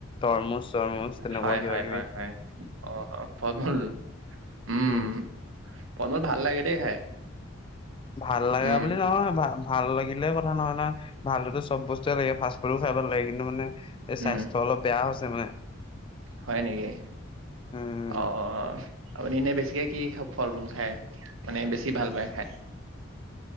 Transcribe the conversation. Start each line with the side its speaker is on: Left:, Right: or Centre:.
Left: তৰমুজ তৰমুজ তেনেকুৱা
Right: হয়
Left: কিবা
Right: হয়
Left: কিবি,
Right: হয় হয় অ অ ফল মূল, উম
Left: হম।
Right: <unintelligible> ভাল লাগে দেই খাই।
Left: ভাল লগা
Right: উম
Left: বুলি নহয়, ভাল, ভাল লাগিলে কথা নহয় নহয়, ভালতো চব বস্তুৱে লাগে ফাষ্ট ফুডো খাই ভাল লাগে। কিন্তু, মানে এই
Right: উম
Left: স্বাস্থ্য অলপ বেয়া হৈছে মানে।
Right: হয় নেকি
Left: উম
Right: অ অঁ। আপুনি এনেই বেছিকে কি ফল ফূল খায়, মানে বেছি ভাল পায় খায়?